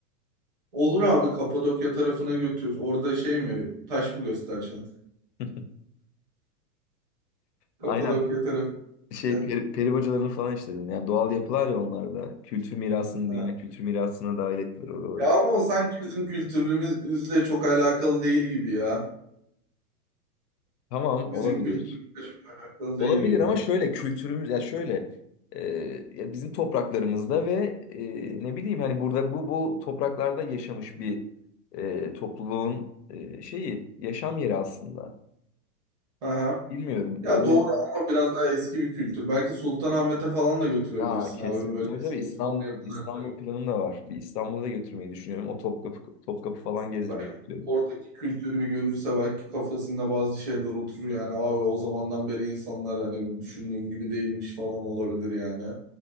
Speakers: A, on the right; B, on the left.
A: Olur abi Kapadokya tarafına götür. Orada şey mi taş mı göstereceksin?
B: <laughs>
A: Kapadokya
B: Aynen
A: tarafı
B: şey
A: gideceksin.
B: peri, peri bacalarını falan işledin. Yani doğal yapılar ya onlar da. Kültür mirasını,
A: Ha.
B: dünya kültür mirasına dahil ettiler oraları.
A: Ya ama o sanki bizim kültürümüzle çok alakalı değil gibi ya.
B: Tamam
A: Bizim
B: olabilir.
A: kültürümüzle çok alakalı
B: Olabilir
A: değil gibi.
B: ama şöyle kültürümüz ya şöyle e, ya bizim topraklarımızda ve e, ne bileyim hani burada bu bu topraklarda yaşamış bir e, topluluğun e, şeyi yaşam yeri aslında.
A: Aha.
B: Bilmiyorum
A: Ya
B: böyle
A: doğru ama biraz daha eski bir kültür. Belki Sultanahmet'e falan da götürebilirsin
B: aa kesin.
A: abi. Böyle
B: Tabii
A: eski
B: tabii İstanbul
A: Osmanlı yapılarına
B: İstanbul planım da var. Bir İstanbul'a da götürmeyi düşünüyorum. O Topkapı Topkapı falan gezdirmek
A: Belki
B: istiyorum.
A: oradaki kültürü bir görürse belki kafasında bazı şeyler oturur yani abi o zamandan beri insanlar hani düşündüğüm gibi değilmiş falan olabilir yani.